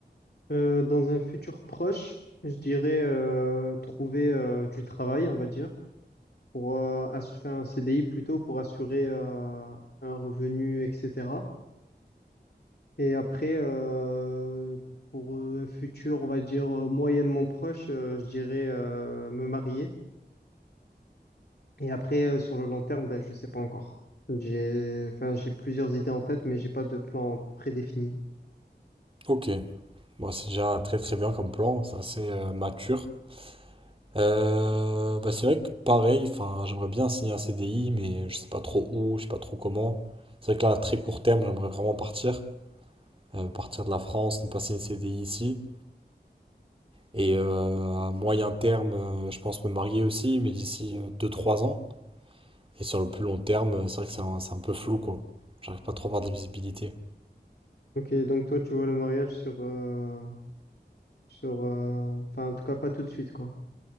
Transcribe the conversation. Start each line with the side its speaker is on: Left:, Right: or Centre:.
Left: Euh, dans un futur proche, je dirais euh, trouver euh, du travail, on va dire, pour euh, assu- faire un CDI plutôt pour assurer euh, un revenu, etc. Et après, euh, pour un futur, on va dire euh, moyennement proche, euh, je dirais euh, me marier. Et après, euh, sur le long terme, ben, je ne sais pas encore. J'ai, enfin, j'ai plusieurs idées en tête, mais j'ai pas de plan prédéfini.
Right: Ok, bon c'est déjà très très bien comme plan, c'est assez euh, mature. Euh, bah, c'est vrai que pareil, enfin j'aimerais bien signer un CDI, mais je sais pas trop où, je sais pas trop comment. C'est vrai que là à très court terme, j'aimerais vraiment partir. euh, partir de la France, me passer une CDI ici. Et euh, à moyen terme, euh, je pense me marier aussi, mais d'ici euh, deux trois ans. Et sur le plus long terme, euh, c'est vrai que c'est un, c'est un peu flou, quoi. J'arrive pas trop à avoir de la visibilité.
Left: Ok, donc toi, tu vois le mariage sur, euh, sur, euh, enfin, en tout cas, pas tout de suite, quoi.